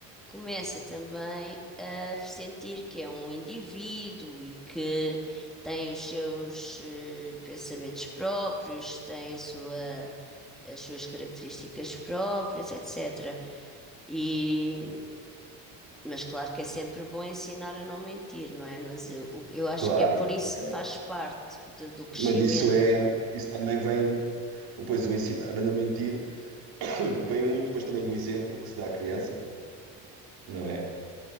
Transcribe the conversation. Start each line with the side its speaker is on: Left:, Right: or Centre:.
Centre: começa também a sentir que é um indivíduo e que tem os seus eh, pensamentos próprios, tem a sua, as suas características próprias, etc. E, mas claro que é sempre bom ensinar a não mentir, não é? Mas eu, eu acho
Right: claro.
Centre: que é por isso
Right: É.
Centre: que faz parte de- do crescimento
Right: Mas isso é, isso também vem, ou pois o ensinar a não mentir <coughs> <clears throat> vem muito depois também do exemplo que se dá à criança, não é?